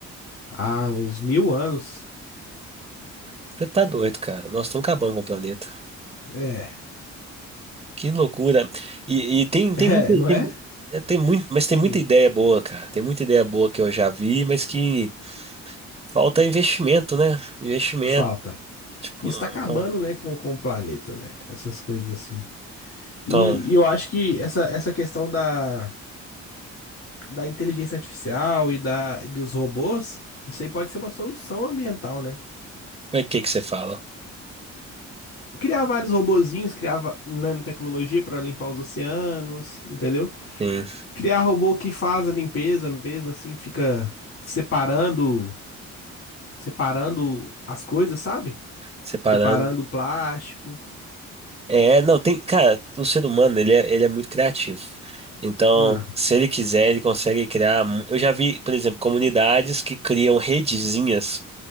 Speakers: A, on the left; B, on the right.
A: Há uns mil anos.
B: Você tá doido, cara. Nós estamos acabando com o planeta.
A: É,
B: Que loucura. E, e
A: <laughs>
B: tem, tem,
A: é,
B: muito-
A: não
B: tem,
A: é?
B: é, tem muito, mas tem
A: Hum,
B: muita ideia boa, cara. Tem muita ideia boa que eu já vi, mas que falta investimento, né? Investimento.
A: falta.
B: Tipo,
A: Isso
B: ah,
A: tá acabando, né, com, com o planeta, né? Essas coisas assim.
B: então,
A: E, e eu acho que essa, essa questão da da inteligência artificial e da, dos robôs, isso aí pode ser uma solução ambiental, né?
B: o que que você fala?
A: Criar vários robozinhos, criar va- nanotecnologia para limpar os oceanos, entendeu?
B: Sim,
A: Criar robô que faz a limpeza mesmo, assim, fica separando, separando as coisas, sabe?
B: separando.
A: Separando o plástico.
B: É, não, tem, cara, o ser humano, ele é, ele é muito criativo. Então,
A: Hum,
B: se ele quiser, ele consegue criar. mu- Eu já vi, por exemplo, comunidades que criam redezinhas.